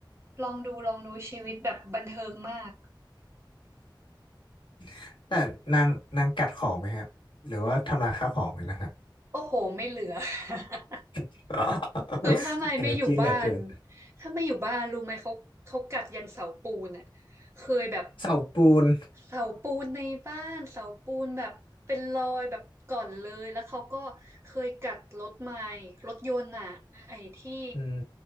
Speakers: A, on the right (about 35°); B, on the left (about 85°).
A: ลองดูลองดูชีวิตแบบบันเทิงมาก
B: <laughs> แต่นางนางกัดของไหมครับหรือว่าทำลายข้าวของไหมนะครับ
A: โอ้โหไม่เหลือ <laughs>
B: <laughs>
A: คือถ้าไม่ไม่อยู่บ้าน
B: เอเนอร์จี <laughs> เหลือเกิน
A: ถ้าไม่อยู่บ้านรู้ไหมเขาเขากัดยันเสาปูนอ่ะเคยแบบ
B: เสาปูน
A: เสาปูนในบ้านเสาปูนแบบเป็นรอยแบบก่อนเลยแล้วเขาก็เคยกัดรถไม้รถยนต์อ่ะไอ้ที่
B: <laughs> อืม